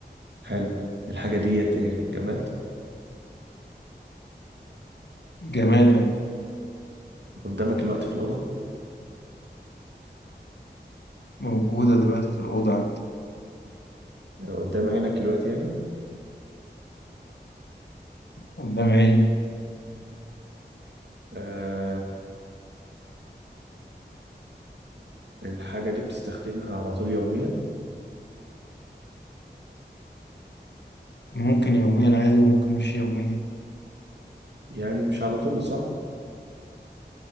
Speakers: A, on the right (about 80°); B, on the left (about 80°).
A: هل الحاجة ديت ايه جماد
B: جماد يعني
A: قدامك الوقت في الأوضة
B: موجودة دلوقتي في الأوضة عندي
A: آه، قدام عينك الوقت يعني
B: قدام عيني
A: آه الحاجة دي بتستخدمها على طول يوميا
B: ممكن يوميا عادي وممكن مش يوميا
A: يعني مش على طول صح؟